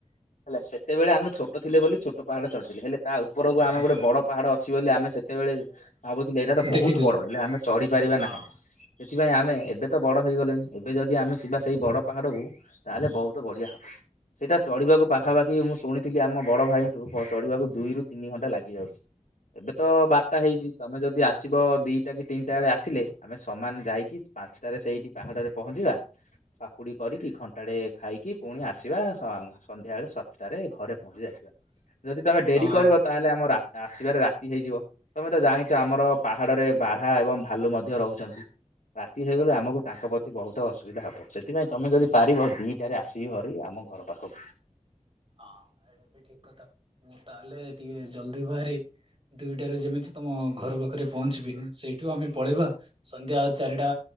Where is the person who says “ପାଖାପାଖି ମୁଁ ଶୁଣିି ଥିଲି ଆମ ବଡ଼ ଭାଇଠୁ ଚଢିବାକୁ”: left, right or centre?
Left